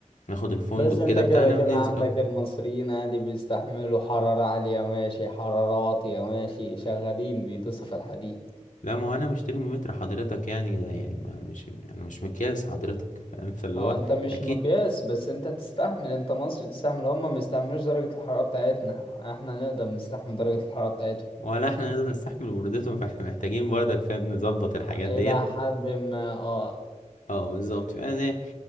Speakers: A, on the left (about 80°); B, on the left (about 45°).
A: ناخد الفندق
B: بس انت
A: كده
B: كده
A: بتاعنا
B: كده
A: وننزل
B: عندك
A: اه
B: المصريين عادي بيستحملوا حرارة عالية ماشي حرارة واطية ماشي شغالين بيدوسوا في الحديد
A: لا ما هو انا مش ترمومتر حضرتك يعني ده يعني ما مش انا مش مقياس حضرتك فاهم فاللي
B: هو
A: هو
B: انت مش
A: اكيد
B: مقياس بس انت تستحمل انت مصري تستحمل هما ما يستحملوش درجة الحرارة بتاعتنا احنا نقدر نستحمل درجة الحرارة بتاعتهم
A: ولا احنا نقدر نستحمل برودتهم فاحنا محتاجين برضك فاهم نظبط الحاجات
B: الى
A: ديت
B: حد ما اه
A: اه بالظبط فانا